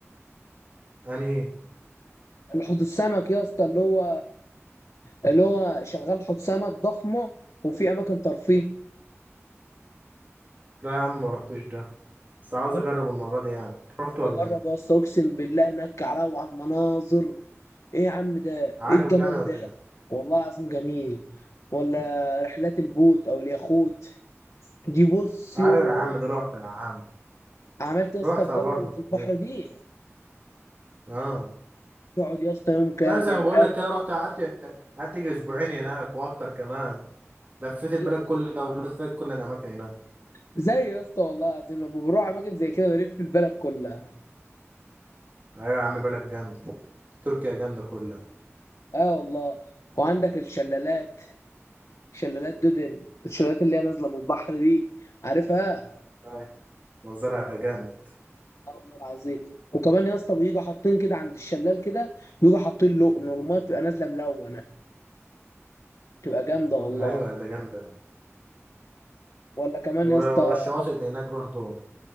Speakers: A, on the right; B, on the left.
A: يعني إيه؟
B: حوض السمك يا اسطى اللي هو اللي هو شغال حوض سمك ضخمه وفي اماكن ترفيه
A: لا يا عم ما رحتوش ده بس عاوز
B: ما
A: اجرب
B: انا ببقى
A: المره دي يعني أنت رحت ولا
B: اجرب
A: ايه
B: يا اسطى اقسم بالله هناك على وعلى المناظر ايه يا عم ده
A: عجبك
B: ايه الجمال
A: يعني ولا
B: ده
A: ايه
B: والله العظيم جميل ولا رحلات البوت او اليخوت دي بص
A: ايوه
B: يوه
A: يا عم ده رحت يا عم
B: عملت يا اسطى
A: رحتها
B: الجوله
A: برضه
B: اللي في البحر
A: دي
B: دي
A: اه
B: تقعد يا اسطى يوم كامل
A: لا زي ما بقول لك كده رحت قعدت قعدت يجي اسبوعين هناك واكتر كمان لفيت البلاد
B: اكل
A: كلها ولفيت كل الاماكن هناك
B: زي يا اسطى والله العظيم لما بروح اماكن زي كده بلف البلد كلها
A: ايوه يا عم بلد جامد تركيا جامده كلها
B: اه والله وعندك الشلالات شلالات دودن الشلالات اللي هي نازله من البحر دي عارفها
A: أيوة. منظرها جامد
B: اه والله العظيم وكمان يا اسطى بيجوا حاطين كده عند الشلال كده بيجوا حاطين لقن والميه بتبقى نازله ملونه بتبقى جامده والله
A: ايوه ده جامده
B: ولا كمان
A: ولا
B: يا اسطى
A: الشواطئ اللي هناك برضو